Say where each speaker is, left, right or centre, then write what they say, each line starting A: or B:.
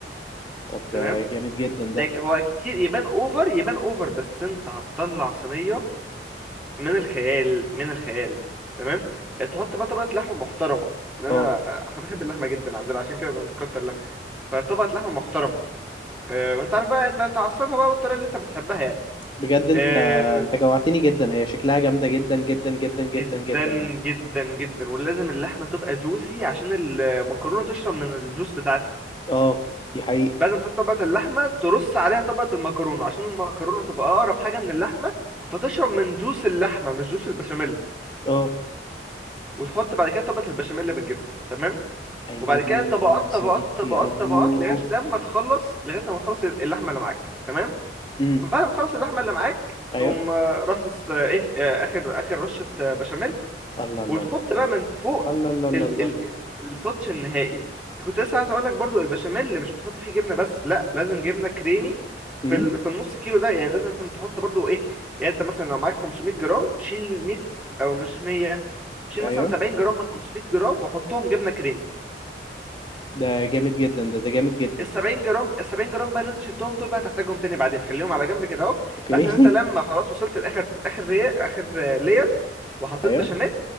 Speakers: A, on the left; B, in the centre.
A: طب
B: تمام
A: ده جامد جدا
B: ده
A: ده
B: هو كتير يبان اوفر يبان اوفر بس انت هتطلع صينيه من الخيال من الخيال تمام آه، تحط بقى طبقة لحمة محترمة لأن
A: اه
B: أنا احنا بنحب اللحمة جدا عندنا عشان كده بنكتر لها فطبقة لحمة محترمة آه، وانت عارف بقى انت تعصجها بقى بالطريقة اللي انت بتحبها يعني
A: بجد انت
B: آه،
A: انت جوعتني جدا هي شكلها جامده جدا جدا جدا جدا
B: جدا
A: جدا يعني
B: جدا جدا ولازم اللحمة تبقى جوسي عشان المكرونة تشرب من الجوس بتاعتها
A: اه دي حقيقه
B: بعد ما تحط طبقة اللحمة ترص عليها طبقة المكرونة عشان المكرونة تبقى أقرب حاجة من اللحمة فتشرب من جوس اللحمة مش جوس البشاميل
A: اه
B: وتحط بعد كده طبقة البشاميل بالجبنة تمام
A: ايوه
B: وبعد كده طبقات
A: يا صديقي
B: طبقات طبقات
A: ايوه
B: طبقات لغايه لما تخلص لغايه لما تخلص اللحمه اللي معاك تمام
A: امم
B: بعد ما تخلص اللحمه اللي معاك
A: ايوه
B: تقوم آه، رصص آه، ايه آه، اخر اخر رشه آه، بشاميل
A: الله
B: وتحط
A: الله الله الله
B: بقى من فوق
A: الله الله
B: ال
A: الله
B: ال
A: الله الله
B: ال- التوتش النهائي كنت لسه عايز اقول لك برضو البشاميل اللي مش بتحط فيه جبنه بس لا لازم جبنه كريمي
A: امم
B: في ال في النص كيلو ده يعني لازم تحط برضو ايه يعني انت مثلا لو معاك 500 جرام شيل 100 او مش 100 شيل
A: ايوه
B: مثلا 70 جرام من 500 جرام وحطهم جبنه كريمي
A: ده جامد جدا ده ده جامد جدا
B: ال 70 جرام ال 70 جرام بقى اللي انت شلتهم دول بقى هتحتاجهم تاني بعدين خليهم على جنب كده اهو
A: اوكي
B: بحيث ان انت
A: <laughs>
B: لما خلاص وصلت لاخر اخر ري... اخر لير وحطيت
A: ايوه
B: بشاميل